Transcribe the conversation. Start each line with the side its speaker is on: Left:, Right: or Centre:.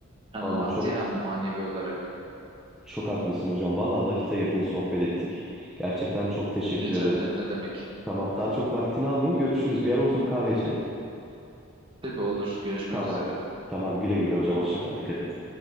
Right: Hem
Centre: Valla
Right: maddi
Centre: çok
Right: hem manevi olarak.
Centre: çok haklısın hocam. Valla vakit ayırdın, sohbet ettik. Gerçekten çok teşekkür
Right: Rica
Centre: ederim.
Right: ederim ne demek.
Centre: Tamam, daha çok vaktini almayayım. Görüşürüz. Bir ara oturup kahve içelim.
Right: Tabii olur. Görüşmek
Centre: Tamam.
Right: üzere.
Centre: Tamam, güle güle hocam. Hoşça kal. Dikkat et.